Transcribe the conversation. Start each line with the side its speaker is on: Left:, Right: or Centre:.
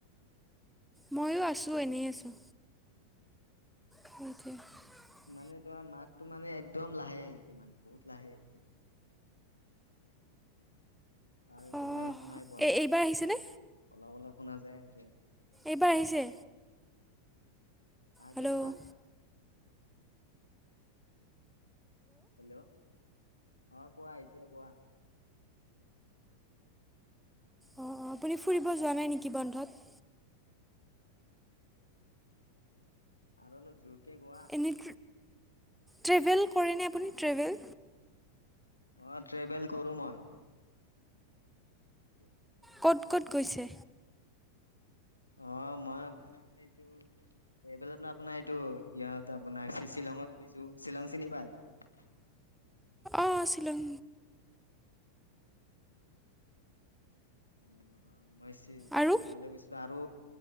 Centre: মইওঁ আছো, এনেই আছোঁ। সতি <unintelligible>
Left: মানে তোমাৰ মাতটো মানে একদম লাহে আহিছে, মানে বহুত লাহে আহিছে। তাৰকাৰণে
Centre: অঁ
Left: মানে শুনাই পোৱা
Centre: এই
Left: নাই, মানে
Centre: এইবাৰ আহিছেনে
Left: অলপ অলপ শুনা যায় আছে।
Centre: এইবাৰ আহিছে?
Left: হা,
Centre: হেল্ল'
Left: কি ক'লা? হেল্ল', অ', কোৱা এতিয়া কোৱা।
Centre: অঁ, অঁ, আপুনি ফুৰিব যোৱা নাই নেকি বন্ধত?
Left: আৰু অলপ জোৰকে কোৱা।
Centre: এনেই ট্ৰেভেল কৰেনে আপুনি, ট্ৰেভেল?
Left: অ', ট্ৰেভেল কৰো মই। টো <unintelligible>
Centre: ক'ত, ক'ত গৈছে?
Left: অ', মই আপোনাৰ এইটো এইফালে আপোনাৰ এইটো ইয়াত আপোনাৰ শ্বিলঙত গৈছো, শ্বিলং চিনি পাই? <unintelligible>
Centre: অ', শ্বিলং
Left: উ, মই
Centre: আৰু
Left: শ্বিলঙলৈ গৈছিলো আৰু